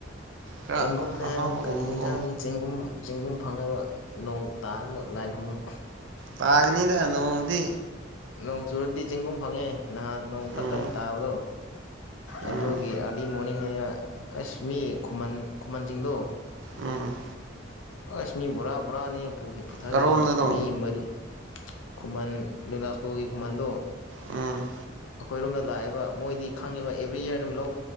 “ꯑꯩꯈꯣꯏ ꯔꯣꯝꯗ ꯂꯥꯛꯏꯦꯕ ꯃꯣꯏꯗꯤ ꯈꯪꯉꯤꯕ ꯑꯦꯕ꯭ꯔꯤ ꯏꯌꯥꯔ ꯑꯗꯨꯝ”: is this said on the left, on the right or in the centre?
Left